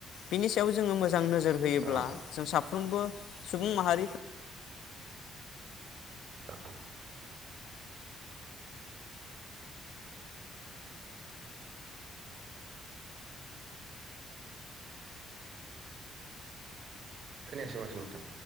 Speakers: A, on the left; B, on the right.
A: बिनि सायाव जोङो मो जां नोजोर होयोब्ला
B: औ
A: जों साफ्रोमबो सुबुं माहारि
B: औ खोनायासै माथो नोंथां?